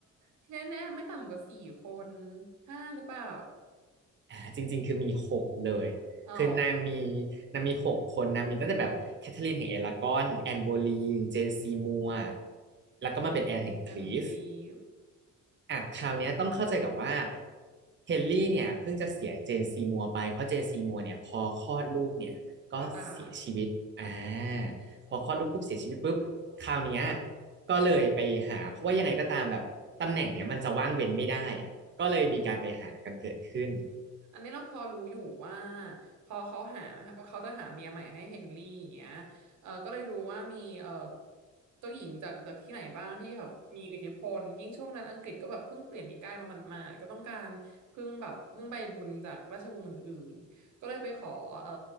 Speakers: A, on the right; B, on the right.
A: ที่แน่ๆไม่ต่ำกว่าสี่คนห้าหรือเปล่า
B: อ่าจริงๆคือมีหกเลยคือนางมี
A: อ๋อ
B: นางมีหกคนนางมีตั้งแต่แบบแคทเธอรีนแห่งเอลากอนแอนโบลีนเจนซีมัวแล้วก็มาเป็นแอนแห่งคลีฟ
A: แอนแห่งคลีฟ
B: อ่ะคราวเนี้ยต้องเข้าใจกับว่าเฮนรี่เนี่ยเพิ่งจะเสียเจนซีมัวไปเพราะเจนซีมัวเนี่ยพอคลอดลูกเนี่ยก็เสียชีวิตอ่า
A: ก็ตาย
B: พอคลอดลูกปุ๊บเสียชีวิตปุ๊บคราวเนี้ยก็เลยไปหาเพราะว่ายังไงก็ตามแบบตำแหน่งเนี่ยมันจะว่างเว้นไม่ได้อ่ะก็เลยมีการไปหากันเกิดขึ้น
A: อันนี้เราพอรู้อยู่ว่าพอเขาหาว่าเขาจะหาเมียใหม่ให้เฮนรี่อย่างเงี้ยเออก็เลยรู้ว่ามีเออเจ้าหญิงจากจากที่ไหนบ้างที่แบบมีอิทธิพลยิ่งช่วงนั้นอังกฤษก็แบบเพิ่งเปลี่ยนนิกายมาหมาดๆก็ต้องการพึ่งแบบพึ่งใบบุญจากราชวงศ์อื่นๆก็เลยไปขอเออ